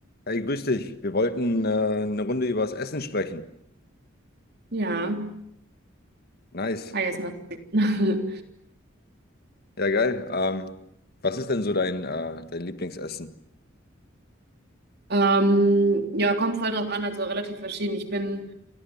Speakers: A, on the left; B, on the right.
A: Hey, grüß dich. Wir wollten äh, eine Runde über das Essen sprechen.
B: Ja,
A: Nice.
B: ah, jetzt mal. <laughs>
A: Ja, geil. Ähm, was ist denn so dein, äh, dein Lieblingsessen?
B: Ähm, ja, kommt voll drauf an, also relativ verschieden. Ich bin,